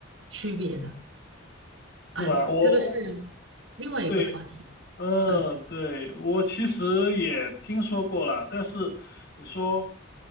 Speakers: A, on the right (about 70°); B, on the left (about 55°).
A: 区别的。哎，
B: 是吧？我，
A: 这个是
B: 我
A: 另外一个话题。
B: 对，嗯，
A: 嗯。
B: 对，我其实也听说过了，但是你说